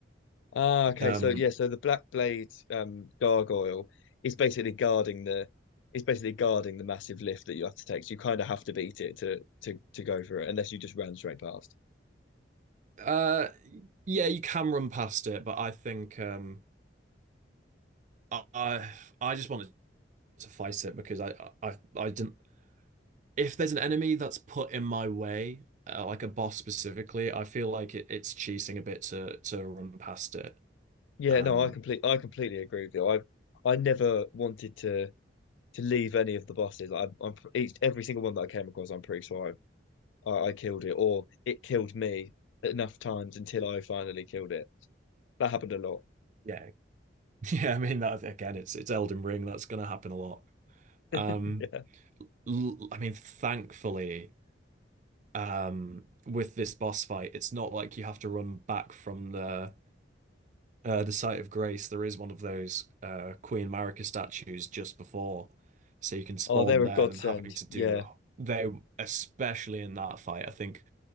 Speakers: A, on the left; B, on the right.
A: Ah, okay.
B: Um,
A: So yeah, so the Black Blade um gargoyle is basically guarding the is basically guarding the massive lift that you have to take. So you kind of have to beat it to to to go for it, unless you just ran straight past.
B: uh, yeah, you can run past it, but I think um, I I just wanted to fight it because I I I didn't. If there's an enemy that's put in my way, uh, like a boss specifically, I feel like it, it's cheating a bit to to run past it.
A: Yeah,
B: Um,
A: no, I complete I completely agree with you. I I never wanted to to leave any of the bosses. Like, I'm, I'm each every single one that I came across, I'm pretty sure I, I I killed it or it killed me enough times until I finally killed it. That happened a lot.
B: yeah, <laughs> yeah. I mean that again. It's it's Elden Ring. That's gonna happen a lot. Um,
A: <laughs> Yeah.
B: l- I mean, thankfully, um, with this boss fight, it's not like you have to run back from the uh, the site of grace. There is one of those uh, Queen Marika statues just before, so you can spawn
A: Oh, they're
B: there
A: a godsend.
B: than having to do
A: Yeah.
B: the they especially in that fight. I think